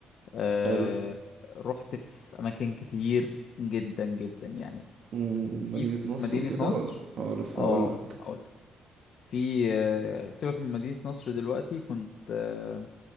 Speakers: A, on the left; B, on the right.
A: آه
B: حلو
A: رحت في اماكن كتير جدا جدا يعني
B: مم، مدينه
A: في في
B: نصر
A: مدينة
B: وكده
A: نصر
B: ولا اه لسه
A: اه
B: هقول
A: هقول لك في آه، سيبك من مدينة نصر دلوقتي كنت آه،